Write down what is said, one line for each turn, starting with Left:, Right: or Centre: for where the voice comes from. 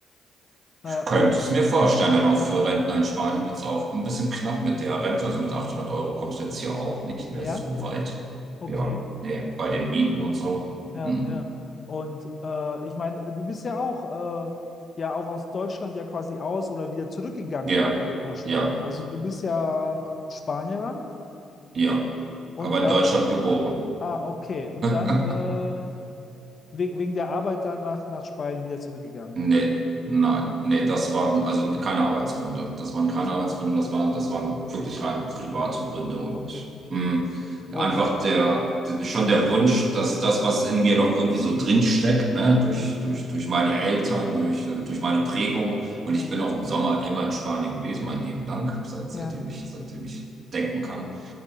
Left: äh, und
Right: könnte es mir vorstellen, denn auch für Rentner in Spanien wird es auch ein bisschen knapp mit der Rente. Also mit 800 Euro kommst du jetzt hier auch nicht mehr
Left: ja,
Right: so weit.
Left: okay.
Right: Ja, nee, bei den Mieten und so.
Left: Ja,
Right: Hm.
Left: ja. Und äh, ich meine, du bist ja auch, äh, ja auch aus Deutschland ja quasi aus oder wieder zurückgegangen
Right: Ja,
Left: ja wie- nach Spanien.
Right: ja,
Left: Also du bist ja Spanierin
Right: ja.
Left: und
Right: Aber
Left: äh,
Right: in Deutschland geboren.
Left: ah, okay. Und
Right: <laughs>
Left: dann äh, wegen, wegen der Arbeit dann nach, nach Spanien wieder zurückgegangen.
Right: Nee, nein, nee, das waren also keine Arbeitsgründe. Das waren keine
Left: Also,
Right: Arbeitsgründe, das waren, das waren wirklich rein private Gründe und
Left: okay, okay.
Right: mh,
Left: Und
Right: einfach der, d- schon der Wunsch, dass das, was in mir noch irgendwie so drin steckt, ne, durch,
Left: ja,
Right: durch, durch meine Eltern, durch, äh, durch meine Prägung. Und
Left: ja,
Right: ich bin auch im Sommer immer in Spanien gewesen, mein Leben lang, seit, seitdem
Left: ja.
Right: ich, seitdem ich denken kann.